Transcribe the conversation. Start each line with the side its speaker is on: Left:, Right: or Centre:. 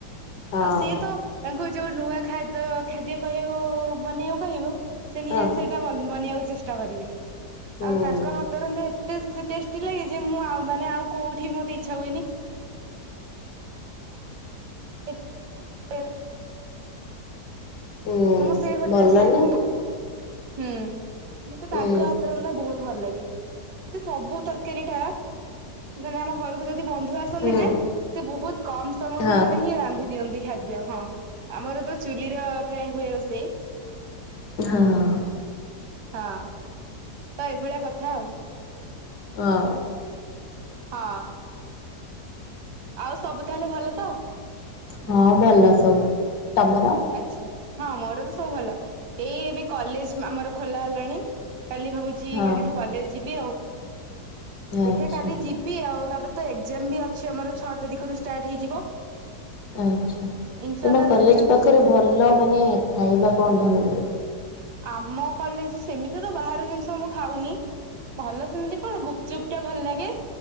Left: ହଁ
Right: ଆଉ ସିଏ ତ, ତାଙ୍କୁ ଯୋଉ ନୂଆ ଖାଦ୍ୟ ଖାଦ୍ୟ କହିବାକୁ ବନେଇକୁ କହିବୁ ସେ ନିହାତି
Left: ହଁ
Right: ସେଇଟା ବନେଇବାକୁ ଚେଷ୍ଟା କରିବେ,
Left: ହୁଁ।
Right: ଆଉ ତାଙ୍କ ହାତ ରନ୍ଧା ଟେଷ୍ଟି ଲାଗେ ଯେ, ମୁଁ ଆ ମାନେ ଆଉ କୋଉଠି ମତେ ଇଛା ହୁଏନି <unintelligible>
Left: ଉଁ
Right: ମୁଁ ସେଇ ହୋଟେଲରେ
Left: ଭଲ
Right: ଖାଇନୁ,
Left: ନା
Right: ହୁଁ। ମତେ ତାଙ୍କ
Left: ଉଁ
Right: ହାତରନ୍ଧା ବହୁତ ଭଲ ଲାଗେ। ସେ ସବୁ ତରକାରୀ ଟା, ମାନେ ଆମ ଘରକୁ ଯଦି ବନ୍ଧୁ ଆସ
Left: ହୁଁ
Right: ନା ସେ ବହୁତ କମ ସମୟ
Left: ହଁ
Right: ଭିତରେ ହିଁ ରାନ୍ଧି ଦିଅନ୍ତି ଖାଦ୍ୟ। ହଁ, ଆମର ତ ଚୁଲିର ପ୍ରାୟ ହୁଏ ରୋଷେଇ।
Left: ହଁ ଅଁ।
Right: ହଁ ଅଁ। ତ ଏଇଭଳିଆ କଥା ଆଉ।
Left: ହଁ
Right: ହଁ ଆଉ ସବୁ ତାହେଲେ ଭଲ ତ?
Left: ହଁ ଭଲ ସବୁ, ତମର?
Right: ଆଛା, ହଁ ମୋର ତ ସବୁ ଭଲ, ଏଇ ଏବେ କଲେଜ ଆମର ଖୋଲା ହେଲାଣି କାଲି ଭାବୁଛି,
Left: ହଁ
Right: କାଲିଠୁ କଲେଜ ଯିବି ଆଉ। ଦେଖିବା
Left: ଆଚ୍ଛା
Right: କାଲି ଯିବି ଆଉ, ତାପରେ ତ ଏକ୍ଜାମ ବି ଅଛି ଆମର, ଛଅ ତାରିଖରୁ ଷ୍ଟାର୍ଟ ହେଇଯିବ।
Left: ଆଛା,
Right: ଇଣ୍ଟରନାଲ
Left: ତମ କଲେଜ
Right: ଏକ୍ଜାମ
Left: ପାଖରେ ଭଲ ମାନେ ଖାଇବା କଣ ଭଲ ମିଳେ?
Right: ଆମ କଲେଜ, ସେମିତି ତ ବାହାର ଜିନିଷ ମୁଁ ଖାଉନି ଭଲ ସେମିତି କଣ? ଗୁପଚୁପ ଟା ଭଲ ଲାଗେ